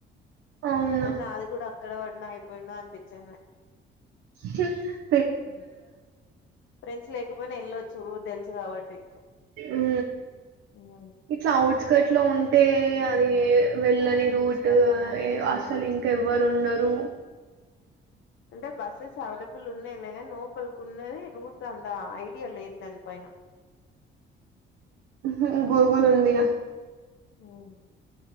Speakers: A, on the right; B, on the left.
A: అవునా!
B: అది నాది కూడా ఇక్కడ పడిన అయిపోయిండు అనిపించింద
A: చె
B: ఉ ఫ్రెండ్స్ లేకపోయినా వెళ్ళొచ్చు తెలుస్ కాబట్టి
A: ఉ
B: ఉమ్
A: ఇట్లా ఆవుట్స్కట్ ఇంట్లో ఉంటే అవి వెళ్ళని రూట్
B: కట్ ఉన్నది ఉమ్
A: అసలు ఇంకా ఎవ్వరు ఉండద్ రు
B: అంటే బస్సెస్ అవైలబుల్ ఉన్నాయి లే. నోపలికి ఉన్నది రూట్ అంద ఐడియా లేదు. దాని పైన
A: హ్ గూగుల్ ఉందిగా
B: ఉమ్